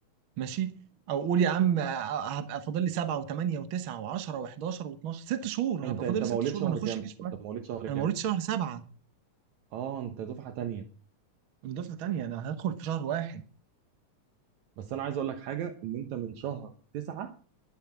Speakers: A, on the right; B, on the right.
A: ماشي او قول يا عم آه، هبقى فاضل لي سبعه وثمانيه وتسعه وعشره و11 و12 ست شهور
B: انت
A: هبقى
B: انت
A: فاضل لي
B: مواليد
A: ست شهور
B: شهر
A: ما انا اخش
B: كام؟
A: جيش بقى
B: انت مواليد شهر
A: انا
B: كام؟
A: مواليد شهر سبعه
B: اه انت دفعه تانية
A: من دفعه ثانيه انا هدخل في شهر واحد
B: بس انا عايز اقول لك حاجه ان انت من شهر تسعة